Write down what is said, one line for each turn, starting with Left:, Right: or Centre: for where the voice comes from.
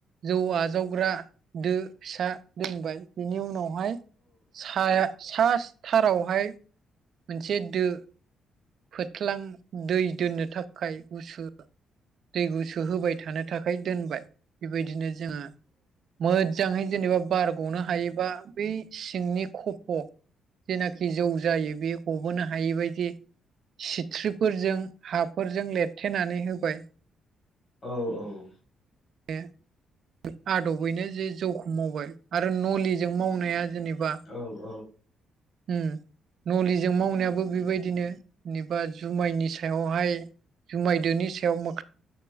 Right: जौआ आजावग्रा दो फिसा दोनबाय बिनि उनावहाय साया- सा थारावहाय मोनसे दो फोथ्लां दै दोननो थाखाय गुसु दै गुसुहोबाय थानो थाखाय दोनबाय बेबायदिनो जोङो मो- जांहै जेनेबा बार ग'नो हायोबा बै सिंनि खफ' जेनाखि जौ जायो बेयो गबोनो हायिबायदि सिथ्रिफोरजों हाफोरजों लेरथेनानै होबाय
Left: औ औ
Right: बे आदबैनो जे जौखौ मावबाय आरो नलिजों मावनाया जेनेबा
Left: औ औ
Right: उम नलिजों मावनायाबो बेबायदिनो जेनेबा जुमायनि सायावहाय जुमायदोनि सायाव मोख्रा-